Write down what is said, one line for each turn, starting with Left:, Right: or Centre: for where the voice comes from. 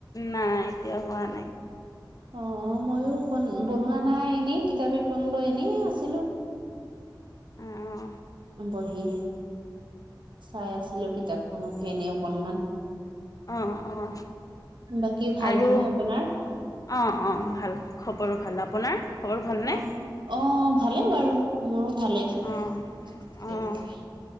Left: নাই, এতিয়া হোৱা নাই।
Right: অ' মইয়ো বন বনোৱা নাই এনেই কিতাপ একন লৈ এনে আছিলোঁ।
Left: অঁ
Right: বহি চাই আছিলোঁ কিতাপখনকে এনেও অকণমান
Left: অ' অ'
Right: বাকী ভাল
Left: আৰু
Right: নহয় আপোনাৰ
Left: অ' অ' ভাল। খবৰো ভাল, আপোনাৰ? খবৰ ভালনে
Right: অহ' অ' ভালেই বাৰু। মোৰো ভালে
Left: অঁ
Right: ঠিকে
Left: অঁ
Right: থাকে।